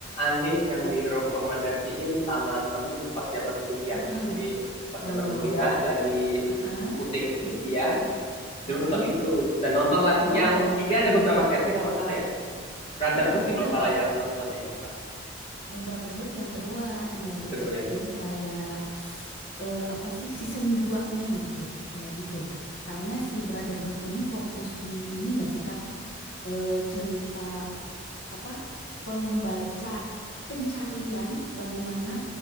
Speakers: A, on the left (about 30°); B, on the left (about 70°).
A: anim yang direkomendasiin sama temen pas zaman kuliah.
B: Heeh.
A: Jadi pas
B: Oh,
A: zaman kuliah lagi
B: heeh,
A: pusing skripsian, dulu
B: mm-mm.
A: nonton itu. Dan nontonlah
B: Oh,
A: yang, dia ada beberapa versi kalau nggak salah ya. Brotherhood
B: iya benar.
A: sih kalau salah yang nonton deh kalau nggak salah.
B: Yang Brotherhood yang kedua dia.
A: Yang kedua ya.
B: Jadi kayak eh, apa sih season duanya gitu. Kayak gitu. Karena si Brotherhood ini fokus di ini enggak sih Kak? Eh, cerita apa? Pengembali ca- pencarian bagaimana